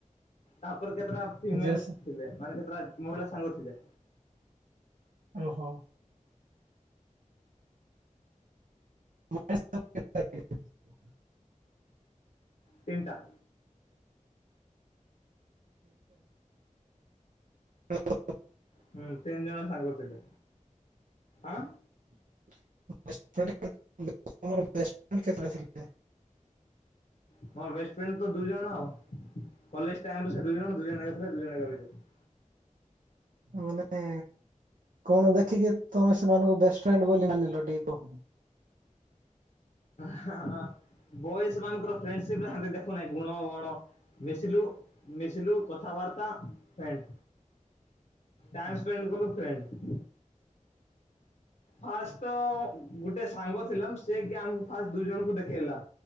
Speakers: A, on the left (about 65°); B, on the right (about 80°).
A: ତାପ୍ ତର୍ କେତେଟା ଫିମେଲସ୍
B: ଝିଅ ସ
A: ଥିଲେ ମାନେ କେ ପ୍ରାୟ ମହିଳା ସାଙ୍ଗ ଥିଲେ।
B: ଓହୋ <unintelligible>
A: ତିନଟା
B: ହ
A: ହୁଁ ତିନି ଜଣ ସାଙ୍ଗ ଥିଲେ। ଆଁ
B: <unintelligible> <unintelligible>
A: ମୋର ବେଷ୍ଟ ଫ୍ରେଣ୍ଡ ତ ଦୁଇ ଜଣ ଆଉ କଲେଜ ଟାଇମ ସେ ଦୁଇ ଜଣ ଦୁଇ ଜଣ ଏକା ଥିଲେ ଦୁଇ ଜଣ ଏକା ରହିବେ।
B: ମାନେ କଣ ଦେଖିକି ତମେ ସେମାନଙ୍କୁ ବେଷ୍ଟଫ୍ରେଣ୍ଡ ବୋଲି ମାନିଲ ଟିଏ କୁହ।
A: ହାଁ ହା ବଏସ ମାନଙ୍କର ଫ୍ରେଣ୍ଡସିଫ୍ ନାହାଁନ୍ତି ଦେଖୁନାହିଁ ଗୁଣ ବଣ ମିଶିଲୁ ମିଶିଲୁ କଥାବାର୍ତ୍ତା ଫ୍ରେଣ୍ଡ୍ ଟାଇମସ୍ପେଣ୍ଡକଲୁ ଫ୍ରେଣ୍ଡ୍। ଫାଷ୍ଟ ତ ଗୋଟେ ସାଙ୍ଗ ଥିଲା ସେ କି ଆମକୁ ଫାଷ୍ଟ ଦୁଇ ଜଣଙ୍କୁ ଦେଖେଇଲା